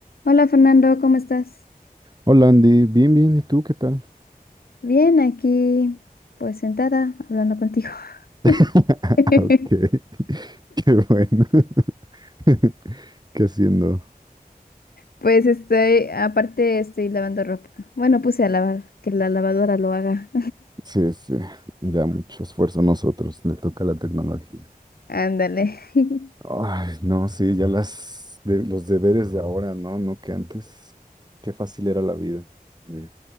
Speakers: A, on the left; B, on the right.
A: Hola Fernando, ¿cómo estás?
B: Hola Andy, bien, bien, ¿y tú qué tal?
A: Bien, aquí pues sentada hablando contigo.
B: <laughs>
A: <laughs>
B: Ah, Ok, <laughs> qué bueno. <laughs> ¿Qué haciendo?
A: Pues estoy, aparte estoy lavando ropa. Bueno, puse a lavar, que la lavadora lo haga.
B: Sí, sí, ya mucho esfuerzo a nosotros, le toca la tecnología.
A: <laughs> Ándale, <laughs>
B: Ay, no, sí, ya las de, los deberes de ahora, no, no que antes, qué fácil era la vida de,